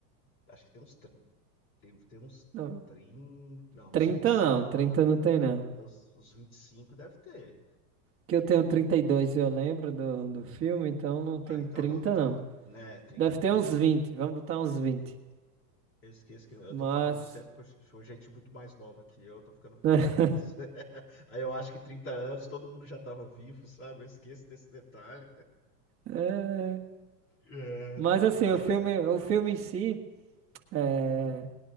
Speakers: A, on the left; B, on the right.
A: Acho que tem uns. tr- Tem, tem uns
B: Não,
A: trinta, Não,
B: 30
A: uns vinte e cinco
B: não, trinta
A: anos.
B: não tem
A: É,
B: não.
A: os, os 25 deve ter.
B: Que eu tenho trinta e dois e eu lembro do, do filme, então não tem
A: Ah, então
B: 30
A: não. Então,
B: não.
A: né, 30
B: Deve
A: não
B: ter
A: tem,
B: uns
A: não.
B: vinte vamos botar uns vinte
A: Eu esqueço que eu
B: Mas,
A: tô falando sempre com com gente muito mais nova que eu, eu tô ficando velho,
B: <laughs>
A: é isso. <laughs> Aí eu acho que 30 anos todo mundo já tava vivo, sabe? Eu esqueço desse detalhe.
B: é,
A: É,
B: mas assim,
A: não,
B: o filme,
A: é.
B: o filme em si, é,
A: hum,